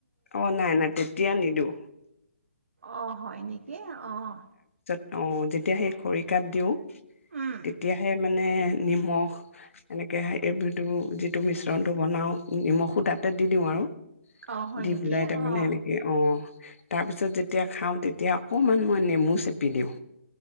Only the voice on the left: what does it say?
অহ নাই নাই তেতিয়া নিদিওঁ।
অহ যেতিয়া সেই খৰিকাত দিওঁ।
তেতিয়াহে মানে নিমখ এনেকে এইবি যিটো মিশ্ৰণটো বনাওঁ নিমখো তাতে দি দিওঁ আৰু।
দি
পলাই তাৰমানে
এনেকে অহ। তাৰ পিছত যেতিয়া খাওঁ তেতিয়া তেতিয়া অকণমান মই নেমু চেপি দিওঁ।